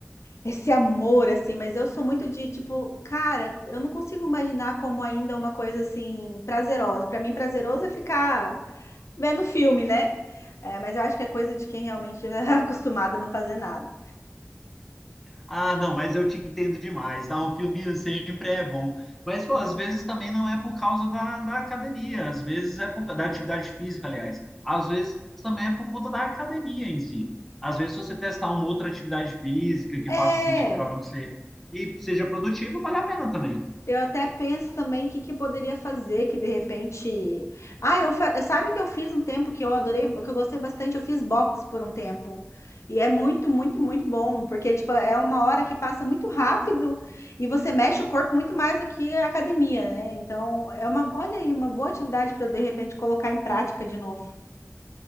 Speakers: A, on the left; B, in the centre.
A: Esse amor, assim, mas eu sou muito de tipo, cara, eu não consigo imaginar como ainda uma coisa assim prazerosa. Pra mim, prazeroso é ficar vendo filme, né? É, mas eu acho que é coisa de quem realmente já <laughs> é acostumado a não fazer nada.
B: Ah, não, mas eu te entendo demais, tá? Um filminho sempre é bom. Mas, pô, às vezes também não é por causa da, da academia, às vezes é por causa da atividade física, aliás. Às vezes também é por conta da academia em si. Às vezes, se você testar uma outra atividade física que
A: É,
B: faça sentido para você e seja produtivo, vale a pena também.
A: Eu até penso também o que, que eu poderia fazer, que de repente. Ah, eu fa- sabe que eu fiz um tempo que eu adorei, que eu gostei bastante, eu fiz box por um tempo. E é muito, muito, muito bom, porque tipo, é uma hora que passa muito rápido e você mexe o corpo muito mais do que a academia, né? Então, é uma, olha aí, uma boa atividade para eu de repente colocar em prática de novo.